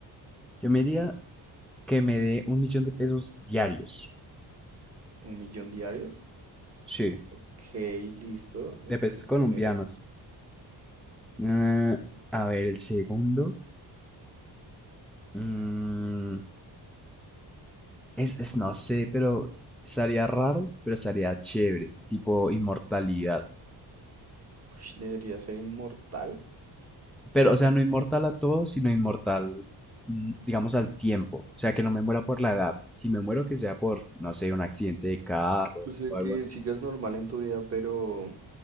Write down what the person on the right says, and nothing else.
¿Un millón diarios?
Ok, listo. Ese
es el
primero.
Ush, debería ser inmortal.
O sea
que
sigas normal en tu vida, pero,